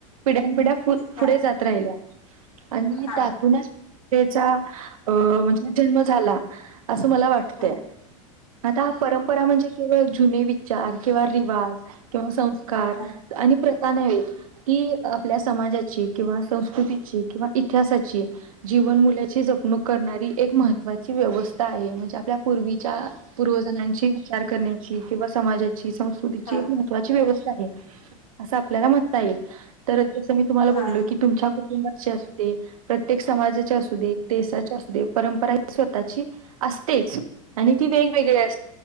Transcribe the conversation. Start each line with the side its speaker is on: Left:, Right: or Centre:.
Right: पिढ्या पिढ्या पुढे
Left: हा
Right: जात राहिल्या आणि
Left: हा
Right: त्यातूनच चा अ म्हणजे जन्म झाला. असं मला वाटतय
Left: हा हा
Right: आता हा परंपरा म्हणजे केवळ जुने विचार किंवा रिवाज किंवा संस्कार
Left: हा
Right: आणि प्रथा नाही की आपल्या समाजाची किंवा संस्कृतीची किंवा इतिहासाची जीवन मुल्याची जपणूक करणारी एक महत्त्वाची व्यवस्था आहे म्हणजे आपल्या पूर्वी र् पूर्वजनांचे विचार करण्याची कीवा समाजाची संस्कृतीची
Left: हा
Right: एक महत्त्वाची व्यवस्था आहे असं आपल्याला म्हणता येईल. जस मी तुम्हाला बोललो
Left: हा
Right: की तुमच्या कुटुंबाचे असते प्रत्येक समाजाचे असू दे देशचे असू दे परंपरा ह स्वतःची असतेच आणि ती वेग गळी